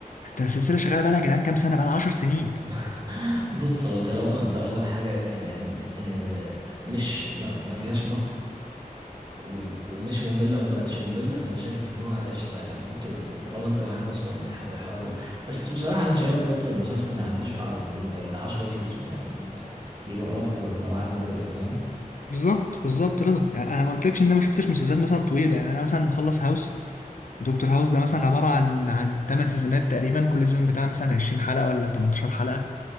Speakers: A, on the left; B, on the right.
A: انت السلسله شغاله بقى لها يا جدعان كام سنه بقى لها 10 سنين
B: <laughs> بص هو طالما طالما الحاجة يعني آه، مش ما ما فيهاش مط و- ومش مملة وما بقتش مملة فأنا شايف إن هو قشطة يعني طول- طالما أنت معاك أصلا الح- الحوار ده بس بصراحة أنا شايف برضه إن المسلسل ما يعديش الع- ال- العشرة سيزون يعني يبقى يبقى أوفر لو عدى كده فاهم
A: بالظبط بالظبط رضا يعني انا ما قلتلكش ان انا ما شفتش مسلسلات مثلا طويله يعني انا مثلا مخلص هاوس دكتور هاوس ده مثلا عباره عن عن 8 سيزونات تقريبا كل سيزون بتاع مثلا 20 حلقه ولا 18 حلقه